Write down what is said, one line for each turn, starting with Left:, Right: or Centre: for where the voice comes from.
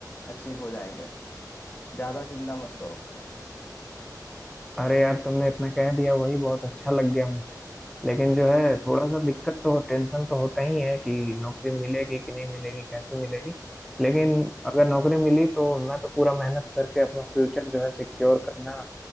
Left: अचीव हो जाएंगे ज्यादा चिंता मत करो
Centre: अरे यार तुमने इतना कह दिया वही बहुत अच्छा लग गया मुझे लेकिन जो है थोड़ा सा दिक्कत तो टेंशन तो होता ही है कि नौकरी मिलेगी कि नहीं मिलेगी कैसी मिलेगी लेकिन अगर नौकरी मिली तो मैं तो पूरा मेहनत करके अपना फ्यूचर जो है सिक्योर करना